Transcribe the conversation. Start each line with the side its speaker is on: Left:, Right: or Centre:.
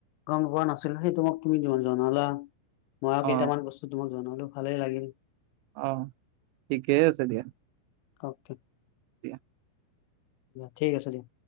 Left: কম হোৱা নাছিল সেইটো তুমি জনালা মই আৰু
Right: অ
Left: কেইটামান বস্তু তোমাক জনালো ভালেই লাগিল!
Right: অ' ঠিকেই আছে দিয়া!
Left: <inaudible>
Right: দিয়া
Left: ঠিক আছে দিয়া।